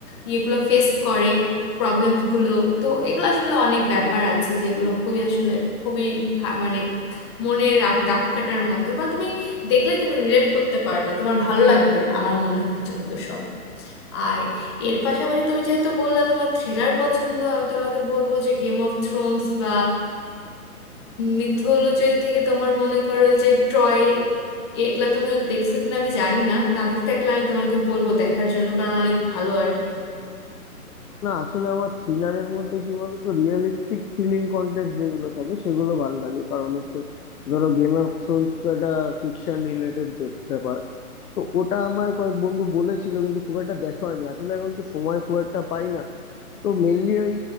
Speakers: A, on the left; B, on the left.
A: ইয়েগুলো ফেস করে প্রবলেমস গুলো তো এগুলো আসলে অনেক ব্যাপার আছে যেগুলো খুবই আসলে খুবই হা- মানে মনে রাখ- দাগ কাটার মতো বা তুমি দেখলে তুমি রিলেট করতে পারবা তোমার ভালো লাগবে আমার মনে হয় যতদূর সম্ভব আর এর পাশাপাশি তুমি যেহেতু বললা তোমার থ্রিলার পছন্দ আমি তোমাকে বলবো যে গেম অফ থ্রোনস বা মিথোলজি থেকে তোমার মনে করো যে ট্রয় এগুলা তুমি দেখছো কিনা আমি জানি না না দেখে থাকলে আমি তোমাকে বলবো দেখার জন্য কারণ অনেক ভালো আর কি
B: না আসলে আমার থ্রিলারের মধ্যে কি বলতো রিয়েলিস্টিক থ্রিলিং কন্টেন্ট যেগুলো থাকে সেগুলো ভালো লাগে কারণ হচ্ছে ধরো গেম অফ থ্রোনস তো একটা ফিকশন রিলেটেড ব্যাপার তো ওটা আমার কয়েক বন্ধু বলেছিল কিন্তু খুব একটা দেখা হয়নি আসলে এখন তো সময় খুব একটা পাই না তো মেনলি ওই